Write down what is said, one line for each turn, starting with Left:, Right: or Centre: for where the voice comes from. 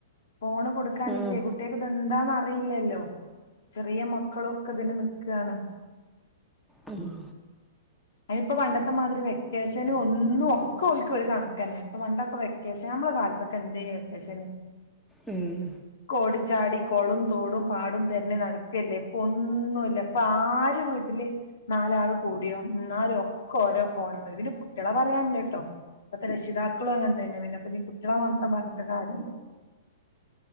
Left: ഫോണ് കൊടുക്കാഞ്ഞിട്ട്യേ.
Centre: ഉം
Left: കുട്ടികൾ ക്ക് ഇത് എന്താന്ന അറിയില്ലല്ലോ. ചെറിയ മക്കളും. ഒക്കെ ഇതിനു നിൽക്കാണ്.
Centre: ആ <inaudible>
Left: അയിനി പ്പ പണ്ടത്തെ മാതിരി വെക്കേഷൻ ഒന്നും ഒക്കെ ഒൽ ക്കു ഒരു കണക്ക ന്നെ. ഇപ്പൊ പണ്ടൊക്കെ വെക്കേഷൻ വെക്കേഷൻ നമ്മളുടെ കാലത്തൊക്കെ എന്തേനു വെക്കേഷൻ.
Centre: ഉം.
Left: കോഓടിച്ചാടി കൊളും തോടും പാടും തെരഞ്ഞു നടക്കല്ലേ ഇപ്പോ ഒന്നുല്ല. ഇപ്പോ ആര് വീട്ടില് നാലാള് കൂടിയോ ന്നാലും ഒക്കെ ഓരോ ഫോണ് മേൽ പിന്നെ കുട്ടികളെ പറയാല്ലോട്ടോ. ഇപ്പത്തെ രക്ഷിതാക്കളും അങ്ങനത്തെന്നെ പിന്നെപ്പ കുട്ടികളെ മാത്രം പറഞ്ഞിട്ട് കാര്യ